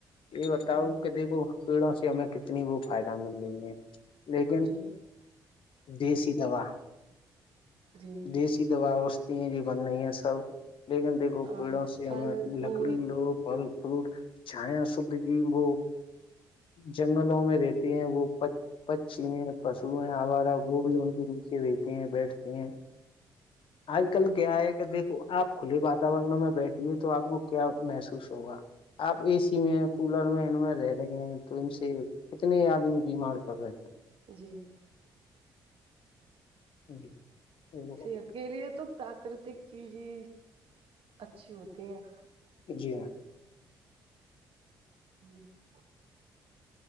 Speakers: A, on the left (about 55°); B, on the right (about 55°).
A: یہ بتاؤ
B: جی
A: کہ دیکھو پیڑوں سے ہمیں کتنی وہ فائدہ مل رہیں ہے لیکن
B: جی جی
A: دیسی دوا
B: جی
A: دیسی دوا وستتی ہیں ج بن رہی ہے سب لیکن دیکھو
B: اور
A: پیڑوں سے
B: پھل
A: ہمیں
B: پھول
A: لکڑی لو اور پھر چھائےا سبد جیب جنگلوں میں رہتے ہیں وہ پت پچی ہیں پشو ہیں آبادا وہ بھی ان کے نیچے دیتے ہیں بیٹھتے ہیں آج
B: جی
A: کل کیا ہے کہ دیکھو آپ کھلی بات و میں بیٹھیے تو آپ کو کیا محسوس ہوگا آپ اے سی میں کولر میں ان میں رہ رہیںے تو ان سے کتنے آدمی بیمار کر رہے ہیں
B: جی
A: جی ج <unintelligible>
B: صحت کے لیے تو پراکرتک چیز ہی اچھی ہوتی ہیں
A: جی ہاں
B: جی <unintelligible>